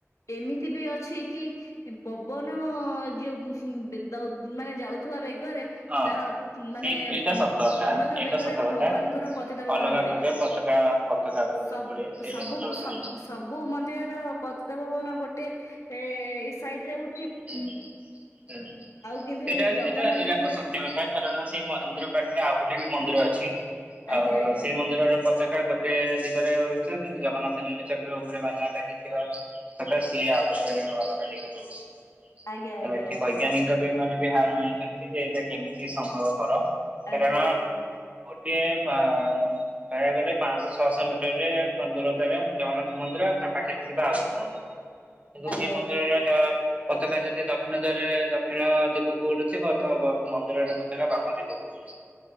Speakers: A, on the left; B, on the right.
A: ଏମିତି ବି ଅଛି କି ପବନ ଯେଉ ବି ଦ ଉ ମାନେ ଯାଉଥିବା ବେ ବର୍ଗରେ
B: ହଁ
A: ତାର ମାନେ
B: ସେଇ ଏଇଟା ସତ କଥା
A: ଅଲଗା
B: ଏଇଟା
A: ବେଗରେ
B: ସତ
A: ଭଗବାନଙ୍କର
B: କଥା
A: ପତିତା ଭାବାନ
B: ଅଲଗା
A: ଉଡେ।
B: ପ୍ରକାର ପତାକା ପତାକା
A: ତ ସ
B: ଉଡେ ସେଇଟା
A: ସବୁ
B: ସତ କଥା।
A: ସ ସବୁ ମନ୍ଦିରର ପତିତ ଭୁବନ ଗୋଟେ ଏ ସାଇଡ ରେ ଉ
B: ହୁଁ ହୁଁ
A: କିନ୍ତୁ
B: ଏଟା
A: ଜଗନ୍ନାଥଙ୍କର
B: ଏଟା ନିରାଟ ସତ୍ୟ କଥା କାରଣ ସେଇ ମ ନ୍ଦିର ପାଖରେ ଆଉ ଗୋଟେ ବି ମନ୍ଦିର ଅଛି।
A: ଆଜ୍ଞା
B: ଆଉ
A: ଆଜ୍ଞା।
B: ସେଇ ମନ୍ଦିରର ପତାକା ଗୋଟେ ଦିଗରେ ରହିଥିଲା କିନ୍ତୁ ଜଗନ୍ନାଥଙ୍କ ନୀଳଚ କ୍ରଉପରେ ବାନା ଲାଗିଥିବା ଶାକା ସିଏ ଆଉ ଗୋଟେ ଅଲଗା ଦିଗରେ ଉଡୁଛି।
A: ଆଜ୍ଞା ଆଜ୍ଞା
B: ତ ଏଠି
A: ଆଜ୍ଞା
B: ବୈଜ୍ଞାନିକ ବି ମାନେ ବି ହାର ମାନିଛନ୍ତି ଯେ ଏଇଟା କେମିତି ସମ୍ଭବପର। କାରଣ
A: ଆଜ୍ଞା ଆଜ୍ଞା।
B: ଗୋଟିଏ ପା କହିବାକୁ ଗଲେ ପାଞ୍ଚଶହ ଛଅଶହ ମିଟର ରେ ଦୂରତାରେ ଜଗନ୍ନାଥ ମନ୍ଦିର ର ତା ପାଖରେ ଥିବା ଆଉ ଗୋଟେ ମନ୍ଦିର କିନ୍ତୁ
A: ଆଜ୍ଞା
B: ସେଇ
A: ଆଜ୍ଞା
B: ମନ୍ଦିରର ତ ପତାକା ଯଦି ଦକ୍ଷିଣ ଦିଗରେ ଦକ୍ଷିଣ ଦିଗକୁ ଉଡ଼ୁଥିବ ତ ବ ମନ୍ଦିରର ପତାକା ବାମ ଦିଗକୁ ଉଡ଼ୁଥିବ।